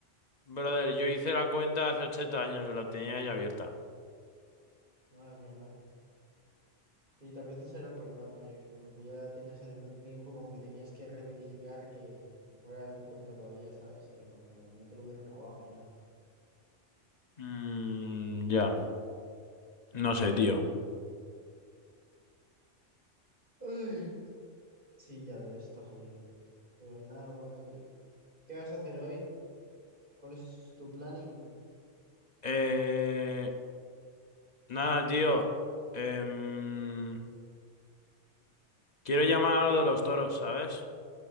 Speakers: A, on the left (about 40°); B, on the right (about 45°).
A: Brother, yo hice la cuenta hace ochenta años, la tenía ya abierta.
B: No, es verdad. Y tal vez ese era el problema, rollo, de que como tú ya tenías hace tanto tiempo, como que tenías que reverificar que que fuera tu cuenta todavía, ¿sabes? Y que no, como no te lo hubieran robado ni nada.
A: Mmm, ya. No sé, tío.
B: Ay. Sí, ya ves, está jodido. Pero nada, bueno, tío. ¿Qué vas a hacer hoy? ¿Cuál es tu planning?
A: Eh... Nada, tío. Em, Quiero llamar a lo de los toros, ¿sabes?